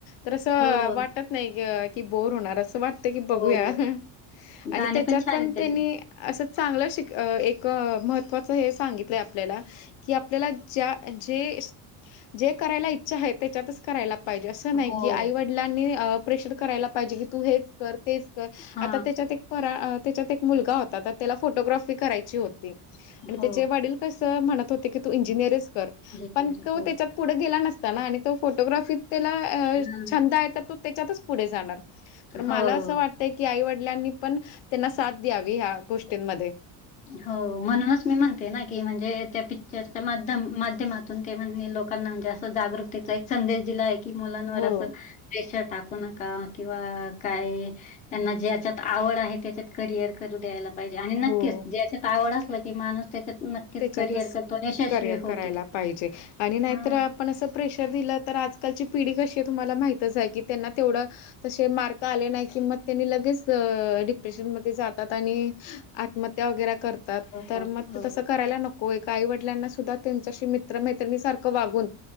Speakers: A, on the left; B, on the left.
A: तर असं
B: हो,
A: वाटत नाही की बोर होणार असं वाटतं की बघूया.
B: हो, हो.
A: आणि
B: गाणे
A: त्याच्यात
B: छान
A: पण
B: आहेत त्याचे.
A: त्यांनी असं चांगलं शिक. एक महत्त्वाचं हे सांगितलंय आपल्याला की आपल्याला ज्या जे जे करायला इच्छा आहे त्याच्यातच कराय लागतं. जे असं
B: हो.
A: नाही की आई वडिलांनी प्रेशर करायला पाहिजे की तू हेच कर तेच कर
B: हा
A: आता त्याच्यात एक फरा त्याच्यात एक मुलगा होता तर त्याला फोटोग्राफी करायची होती.
B: हो
A: त्याचे वडील कसं म्हणत होते की तू इंजिनियरच कर
B: झेवियर
A: पण तो
B: हो
A: त्याच्या पुढे गेला नसताना आणि तो फोटोग्राफीत त्याला
B: हम्म.
A: छंद आहे तर तो त्याच्यातच पुढे जाणार. तर मला
B: हो
A: असं वाटतंय की आई वडिलांनी पण त्यांना साथ द्यावी ह्या गोष्टींमध्ये
B: हो म्हणूनच मी म्हणते ना की म्हणजे त्या पिक्चरच्या माध्यम माध्यमात ते लोकांना म्हणजे असं जागृकतेचा एक संदेश दिला आहे. मुलांवर
A: हो
B: अस प्रेशर टाकू नका किंवा काय त्यांना जे त्यात आवड आहे त्याच्यात करियर करू द्यायला पाहिजे आणि नक्कीच
A: हो
B: ज्याच्यात आवड असलं की माणूस त्याच्यात नक्कीच
A: त्याच्यातच
B: करिअर करतो आणि यशस्वी
A: करिअर
B: होतो
A: करायला पाहिजे आणि नाहीतर
B: हा
A: आपण असं प्रेशर दिलं तर आजकालची पिढी कशी आहे तुम्हाला माहितच आहे की त्यांना तेवढं. तसे मार्क आले नाही कि मग त्यांनी लगेच डिप्रेशन मध्ये जातात आणि आत्महत्या वगैरे करतात
B: हो
A: तर
B: हो
A: मग
B: हो.
A: ते तसं. करायला नको एका आई वडिलांना सुद्धा त्यांच्याशी मित्रमैत्रिणी सारखं वागून